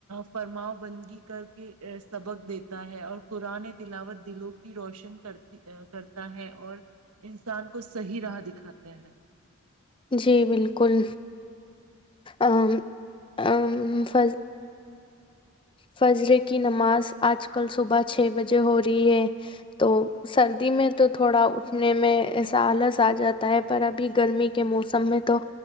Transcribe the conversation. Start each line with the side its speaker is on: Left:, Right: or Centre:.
Right: فرماؤ بندگی کر کے سبق دیتا ہے اور قرآن تلاوت دلوں کی روشن کرتی کرتا ہے اور انسان کو صحیح راہ دکھاتے ہے
Left: جی بالکل ا ا ف فجرے کی نماز آج کل صبح چھ بجے ہو رہی ہے تو سردی میں تو تھوڑا اٹھنے میں ایسا آلس آ جاتا ہے پر ابھی گرمی کے موسم میں تو